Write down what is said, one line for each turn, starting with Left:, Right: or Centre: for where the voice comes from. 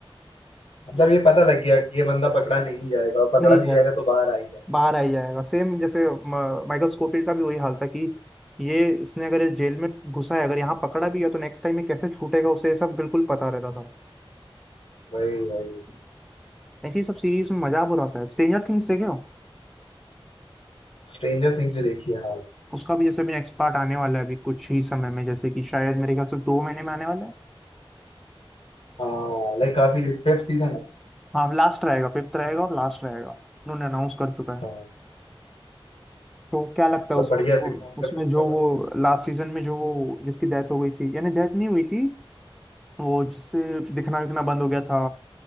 Left: मतलब ये पता लग गया कि ये बंदा पकड़ा नहीं जाएगा और पकड़ा
Centre: नहीं
Left: भी जाएगा तो बाहर आ ही जाएगा
Centre: बाहर आ ही जाएगा सेम जैसे म- माइकल स्कोfield का भी वही हाल था कि ये इसने अगर इस जेल में घुसा है अगर यहाँ पकड़ा भी गया तो नेक्स्ट टाइम ये कैसे छूटेगा उसे ये सब बिल्कुल पता रहता था
Left: वही वही
Centre: ऐसी सब सीरीज में मजा बुरा आता है स्ट्रेंजर थिंग्स देखे हो
Left: स्ट्रेंजर थिंग्स भी देखी है हाँ
Centre: उसका भी जैसे भी नेक्स्ट पार्ट आने वाला है अभी कुछ ही समय में जैसे कि शायद मेरे ख्याल से दो महीने में आने वाला है
Left: हाँ लाइक काफी फिफ्थ सीजन है
Centre: हाँ लास्ट रहेगा फिफ्थ रहेगा और लास्ट रहेगा उन्होंने अनाउंस कर चुका है
Left: हाँ
Centre: तो क्या लगता
Left: मतलब
Centre: है उसमें
Left: बढ़िया थे कॉन्सेप्ट
Centre: उसमें
Left: अच्छा
Centre: जो
Left: था
Centre: वो लास्ट सीजन में जो वो जिसकी डेथ हो गई थी यानी डेथ नहीं हुई थी वो जिससे दिखना दिखना बंद हो गया था